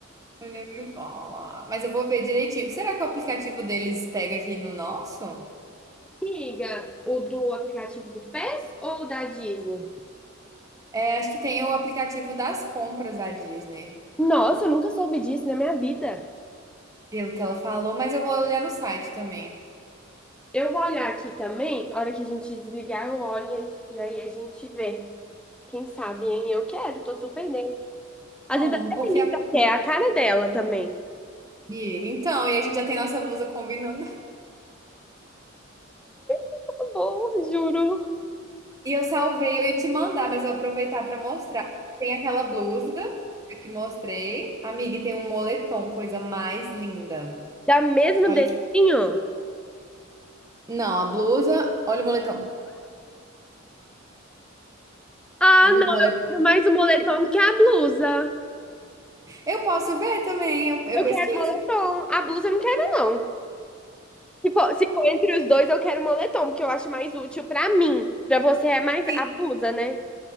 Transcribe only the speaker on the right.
ele me fala. mas eu vou ver direitinho. Será que o aplicativo deles pega aqui no nosso?
É, acho que tem o aplicativo das compras da Disney,
pelo que ela falou, mas eu vou olhar no site também.
Não,
porque,
amiga,
então, e a gente já tem nossa blusa combinando.
E eu salvei, eu ia te mandar, mas eu vou aproveitar para mostrar. Tem aquela blusa que eu te mostrei. Amiga, e tem um moletom, coisa mais linda.
Olha
que. Não, a blusa, olha o moletom.
Amigo,
o moletom.
Eu posso ver também, eu, eu
pesquiso.
Sim,